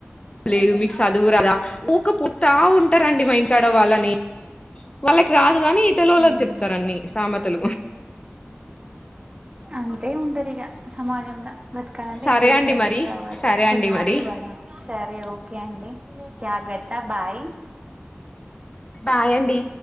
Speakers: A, on the left; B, on the right.
A: లేదు మీ చదువురదా ఊ ఒక పుట్టా ఉన్ అంటారండి మ ఇంట్ ఆడ వాళ్ళని వాళ్ళకి రా కాని ఇతలొల్లకి
B: ఉమ్
A: చెప్తారన్నీ సామెతలు
B: అంతే ఉంటారు ఇక సమాజంలో బ్రతకాలంటే
A: సరే
B: ఏదో కూడా
A: అండి
B: అడ్జస్ట్
A: మరి
B: అవ్వాలి
A: సరే
B: కొన్ని
A: అండి
B: మాటలు
A: మరి
B: పడాలి సరే ఓకే అండి జాగ్రత్త బాయ్ స్
A: బాయండి